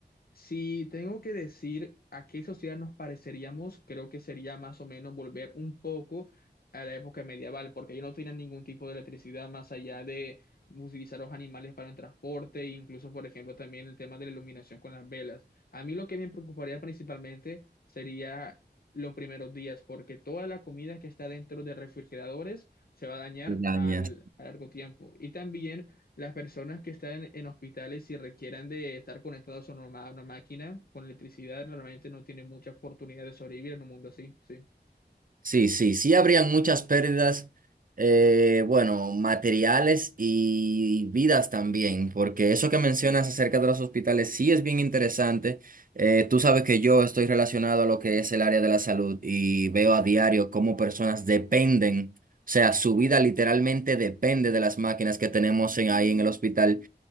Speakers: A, on the left (about 60°); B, on the right (about 50°).
A: si tengo que decir a qué sociedad nos pareceríamos, creo que sería más o menos volver un poco a la época medieval, porque ellos no tenían ningún tipo de electricidad más allá de utilizar los animales para el transporte, e incluso, por ejemplo, también el tema de la iluminación con las velas. A mí lo que me preocuparía principalmente sería los primeros días, porque toda la comida que está dentro de refrigeradores se va a dañar
B: Dañas.
A: al, a largo tiempo. Y también las personas que están en, hospitales y requieran de estar conectados a una, ma- a una máquina con electricidad, realmente no tienen mucha oportunidad de sobrevivir en un mundo así, sí.
B: Sí, sí, sí sí habrían muchas pérdidas, eh, bueno, materiales y vidas también, porque eso que mencionas acerca de los hospitales sí es bien interesante. Eh, tú sabes que yo estoy relacionado a lo que es el área de la salud y veo a diario cómo personas dependen, o sea, su vida literalmente depende de las máquinas que tenemos en- ahí en el hospital.